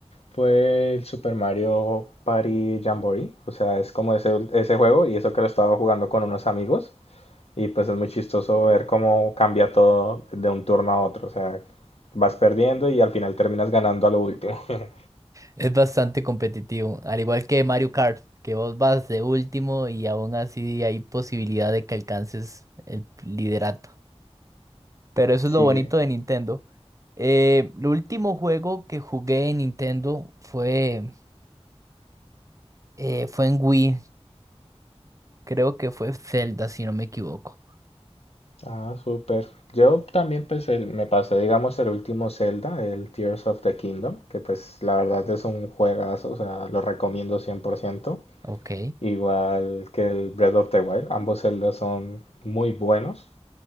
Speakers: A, on the left (about 70°); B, on the right (about 30°).
A: fue el Super Mario Party Jamboree. O sea, es como ese, ese juego y eso que lo estaba jugando con unos amigos. Y pues es muy chistoso ver cómo cambia todo de un turno a otro. O sea, vas perdiendo y al final terminas ganando a lo último. <laughs>
B: Es bastante competitivo, al igual que Mario Kart, que vos vas de último y aún así hay posibilidad de que alcances el liderato. Pero eso
A: Sí.
B: es lo bonito de Nintendo. Eh, el último juego que jugué en Nintendo fue, eh, fue en Wii. Creo que fue Zelda, si no me equivoco.
A: Ah, súper. Yo también pues el- me pasé, digamos, el último Zelda, el Tears of the Kingdom, que pues la verdad es un juegazo, o sea, lo recomiendo cien por ciento
B: Ok.
A: igual que el Breath of the Wild, ambos Zeldas son muy buenos,